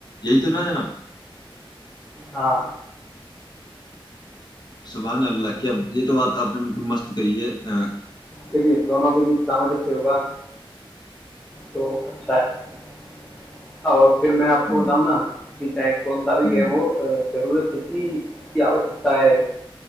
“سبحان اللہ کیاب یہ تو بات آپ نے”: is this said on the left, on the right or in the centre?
Left